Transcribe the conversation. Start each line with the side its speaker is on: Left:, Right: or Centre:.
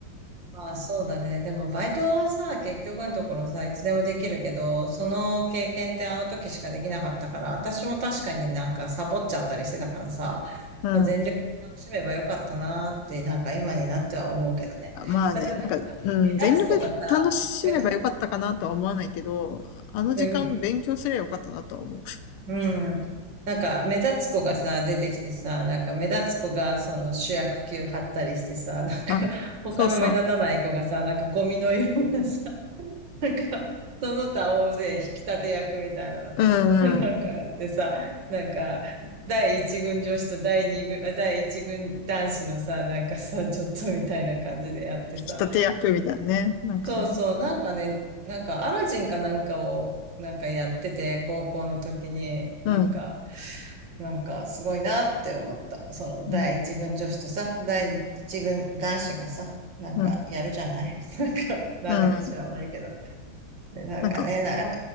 Right: まあそうだね。でもバイトはさ、結局のところさ、いつでもできるけど、その経験ってあの時しかできなかったから、私も確かになんかサボっちゃったりしてたからさ、
Left: うん。
Right: まあ、全力で楽しめばよかったなーって、なんか今になっては思うけどね。
Left: まあね、
Right: まあでもなんかね、
Left: なんか、うん、
Right: 目立つ子がさ、
Left: 全力で楽しめばよかったかなとは思わないけど、
Right: 目立つ、
Left: あの時間勉強すればよかったなとは思う。
Right: でもうん。なんか目立つ子がさ、出てきてさ、なんか目立つ子がその主役級張ったりしてさ、なんか
Left: あ、
Right: <laughs> 他の目立たない子がさ、
Left: そうそう。
Right: なんかゴミのようなさなんか、その他大勢引き立て役みたいなのです。
Left: うんうん。
Right: <laughs> なんかやってさ、なんか、第一軍女子と第二軍、あ第一軍男子のさ、なんかさ、ちょっとみたいな感じでやってさ。
Left: 引き立て役みたいなね。なんかね。
Right: そうそう、なんかね、なんかアラジンかなんかを、なんかやってて、高校の時に、
Left: うん。
Right: なんか、なんかすごいなって思った。その第一軍女子とさ、
Left: うん。
Right: 第一軍男子がさ、なんかやるじゃない
Left: うん。
Right: <laughs> なんか、なんでか知らないけど。
Left: うん。
Right: で、なんかね、
Left: なんか、
Right: なかな、